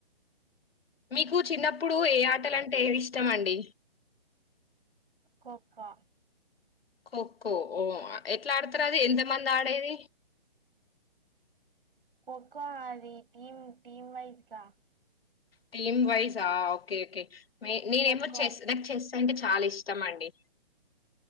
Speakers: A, on the left; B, on the right.
A: మీకు చిన్నప్పుడు ఏ ఆటలంటే ఇష్టం అండి
B: ఖోఖో
A: ఖోఖో ఓ ఎట్లా ఆడతారు అది ఎంత మంది ఆడేది
B: కోఖో అది టీం టీమ్ వైస్ గా
A: టీమ్ వైజా ఓకే ఓకే మే నేనేమో
B: ఖోఖో
A: చెస్ నాకు చెస్ అంటే చాలా ఇష్ టం అండి